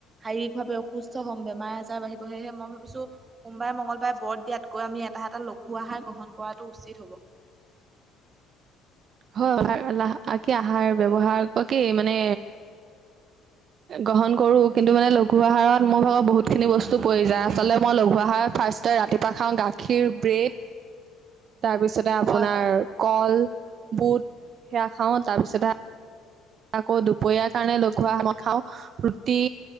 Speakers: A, on the right; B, on the right.
A: শাৰীৰিক ভাৱে অসুস্থ হ'ম। বেমাৰ-আজাৰ বাঢ়িব, সেয়েহে মই ভাবিছোঁ সোমবাৰে, মঙলবাৰে বৰত দিয়াত কৈ আমি এটা এটা লঘু আহাৰ গ্ৰহণ কৰাটো উচিত হ'ব।
B: হয়, আহাৰ কি আহাৰ ব্যৱহাৰ কি মানে গ্ৰহণ কৰো, কিন্তু মানে লঘু আহাৰত মোৰ ভাগত বহুতখিনি বস্তু পৰি যায়। আচলতে মই লঘু আহাৰত ফাৰ্ষ্টত ৰাতি এটা খাওঁ গাখীৰ, ব্ৰেড
A: <inaudible>
B: তাৰপিছতে আপোনাৰ
A: হয় হয়।
B: কল, বুট সেয়া খাওঁ। তাৰ পিছতে আকৌ দুপৰীয়াৰ কাৰণে লঘু আহাৰ মই খাওঁ ৰুটি।